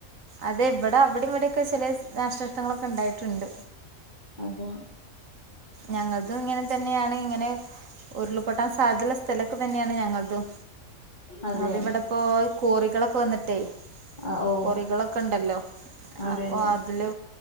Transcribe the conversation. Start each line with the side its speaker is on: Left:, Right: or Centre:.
Right: അതെവിടാ അവിടിവിടെ ക്കെ ചില <inaudible> നാശനഷ്ടങ്ങളൊക്കെ ഉണ്ടായിട്ടുണ്ട്.
Left: അതെ
Right: ഞങ്ങൾക്കും ഇങ്ങനെതന്നെയാണ് ഇങ്ങനെ ഉരുള്പൊട്ടാസ് അതല <unintelligible> <unintelligible> തന്നെയാണ് ഞങ്ങൾക്കും
Left: അതെ
Right: അതിവിടിപ്പോ കോറികളൊക്കെ <unintelligible> വന്നിട്ടേ
Left: ആ ഓ
Right: കൊറികളൊക്കെ ഉണ്ടല്ലോ,
Left: അതെ
Right: അപ്പൊ അതില്